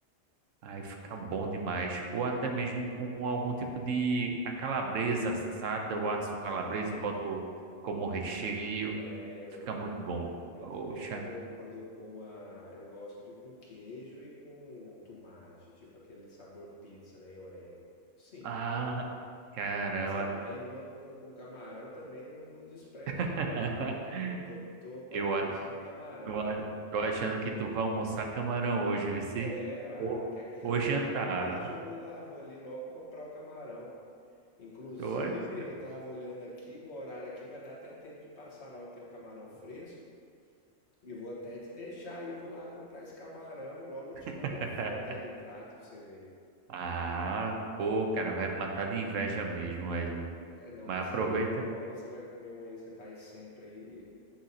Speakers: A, on the right (about 80°); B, on the left (about 60°).
A: Aí fica bom demais. Ou até mesmo com algum tipo de a calabresa assada, o aço
B: Sim.
A: calabresa e boto como recheio.
B: É, eu,
A: Fica muito
B: eu, a-
A: bom.
B: eu
A: Poxa.
B: também quando eu quando eu como a, eu gosto de com queijo e com tomate, tipo aquele sabor pizza, né, e orégano. Simples,
A: Ah,
B: né?
A: caramba.
B: Mas também uma com, com camarão também não, não desprezo
A: <laughs>
B: não, deve ficar muito boa. Tô, tô com
A: Eu,
B: a cabeça
A: a-
B: no camarão
A: eu
B: aqui.
A: a- tô achando que tu vai almoçar camarão hoje, Vici.
B: É,
A: Ou,
B: a moqueca já
A: ou
B: tá
A: jantar.
B: ali com peixe, eu vou lá, vou ali logo comprar o camarão. Inclusive,
A: Tô achando.
B: eu tava olhando aqui, o horário aqui vai dar até tempo de passar lá onde tem um camarão fresco. E vou até te deixar aí, vou lá comprar esse camarão e logo eu te
A: <laughs>
B: mando uma foto aí do prato pra você ver.
A: Ah, pô, cara, vai me matar de inveja mesmo, velho.
B: É, não,
A: Mas
B: mas
A: aproveita.
B: você vai logo, logo você vai comer um aí, você tá aí sempre aí.